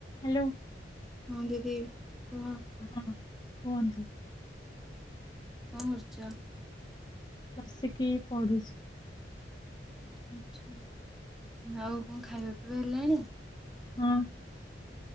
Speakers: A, on the left; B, in the centre.
A: Hello.
B: ହଁ ଦିଦି କୁହ?
A: ହଁ କୁହନ୍ତୁ?
B: କଣ କରୁଛ?
A: ବସିକି ପଢ଼ୁଚି।
B: ଆଛା ଆଉ କଣ ଖାଇବା ପିଇବା ହେଲାଣି?
A: ହ।